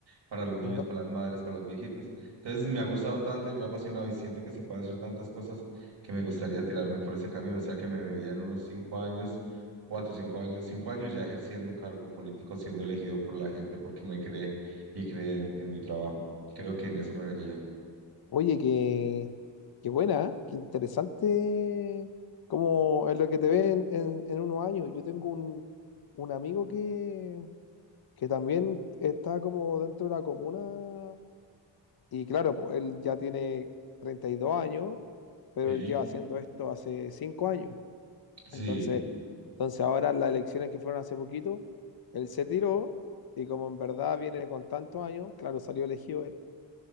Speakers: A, on the right; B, on the left.
A: para los
B: claro.
A: niños, para las madres, para los viejitos. Entonces me ha gustado tanto y me ha apasionado y siento que se puede hacer tantas cosas que me gustaría tirarme por ese camino, o sea que me vería en unos cinco años. cuatro, cinco años, cinco años ya ejerciendo un cargo político, siendo elegido por la gente porque me cree y creen en mi trabajo. Creo que en eso me vería.
B: Oye, qué, qué buena, ¿eh? qué interesante. Como es lo que te ve en, en- en unos años. Yo tengo un, un amigo que, que también está como dentro de la comuna Y claro, pues, él ya tiene 32 años, pero
A: Sí,
B: él lleva haciendo esto hace 5 años.
A: Sí,
B: Entonces, entonces ahora las elecciones que fueron hace poquito, él se tiró y como en verdad viene con tantos años, claro, salió elegido él.